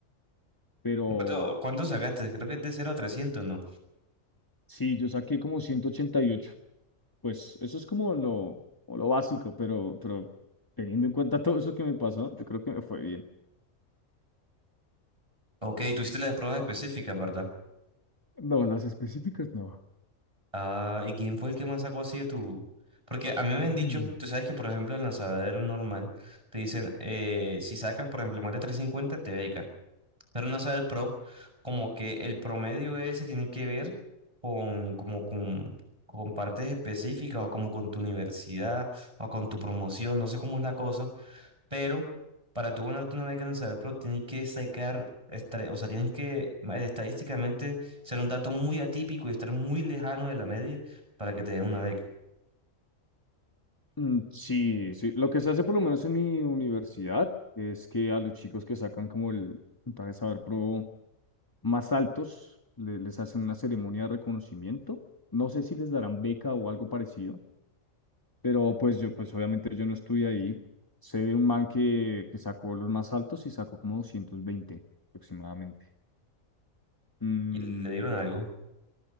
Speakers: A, on the left; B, on the right.
A: pero
B: ¿Cuánto, cuánto sacaste? Creo que es de cero a 300, ¿no?
A: sí, yo saqué como ciento ochenta y ocho Pues eso es como lo, como lo básico, pero, pero teniendo en cuenta <laughs> todo eso que me pasó, yo creo que me fue bien.
B: Ok, tú hiciste las pruebas específicas, ¿verdad?
A: No, las específicas no. <clears throat>
B: Ah, ¿y quién fue el que más sacó así de tu...? Porque a mí me han dicho,
A: Mm.
B: tú sabes que, por ejemplo, en la lanzadero normal, te dicen, eh, si sacas, por ejemplo, más de 350 te becan. pero no saber pro, como que el promedio ese tiene que ver con, como con, con partes específicas o como con tu universidad o con tu promoción, no sé cómo es la cosa, pero para tú ganarte una beca en el saber pro tienes que sacar, estre- o sea, tienes que ma- estadísticamente ser un dato muy atípico y estar muy lejano de la media para que te den una beca.
A: Mm, Sí, sí. Lo que se hace por lo menos en mi universidad es que a los chicos que sacan como el puntaje Saber Pro más altos, le- les hacen una ceremonia de reconocimiento. No sé si les darán beca o algo parecido, Pero pues yo, pues obviamente yo no estuve ahí. Sé de un man que, que sacó los más altos y sacó como 220 aproximadamente. Mm,
B: Y le dieron algo.